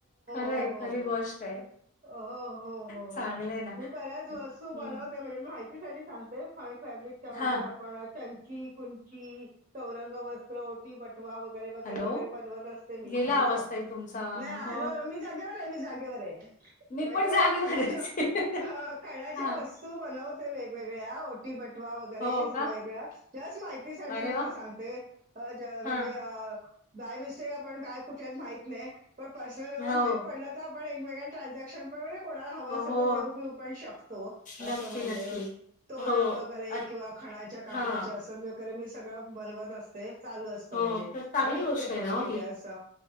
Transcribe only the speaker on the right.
हो हो
हो
हो हो हो हो
मी बऱ्याच वस्तू बनवते
म्हणजे माहिती साठी सांगते खड फॅब्रिक म्हणजे
आपण चंची कुंची चौंग वस्त्र ओटी वट बटवा वगैरे वगैरे
वगैरे बनवत असते मी
हॅलो.
नाही हॅलो
मी जागेवर आहे मी जागेवर आहे.
म्हटलं
खणाच्या
हा खणाच्या
मस्त. तू बनवते वेगवेगळ्या ओटी बटवा वगैरे
वेगळ्या जस्ट माहितीसाठीठी
तुम्हाला
सांग ते म्हणजे
बाय मिस्टेक आपण काय कुठेच माहित नाही. पण पर्सनली मला
माहित पडलं तर आपण एकमेकांना ट्रान्झॅक्शन. कोणाला हवां असे
तर देऊ बीऊ पण शकतो
असं म्हणजे.
तोरणं
वगैरे
किंवा खाणाच्या कापड्याचे
असं. मी सगळं बनवत असते चालू असत
म्हणजे
आणि विकते
पण
म्हणजे
अस ्